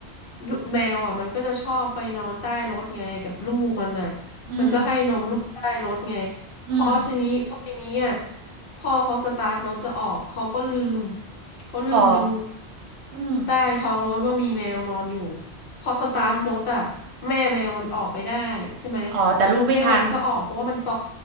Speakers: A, on the left; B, on the right.
A: ลูกแมวอ่ะมันก็จะชอบไปนอนใต้รถไงกับลูกมันน่ะ
B: อืม
A: มันก็ให้นมลูกใต้รถไง
B: อืม
A: พอทีนี้พอทีนี้อ่ะพ่อเขาสตาร์ทรถจะออกเขาก็ลืมเขาลืมดู
B: อ๋ออืม
A: ใต้ท้องรถว่ามีแมวนอนอยู่พอสตาร์ทรถอ่ะแม่แมวมันออกไปได้ใช่ไหม
B: อ๋ออ๋อแต่ลูกไม่ทัน
A: แม่แมวมันก็ออกเพราะว่ามันโต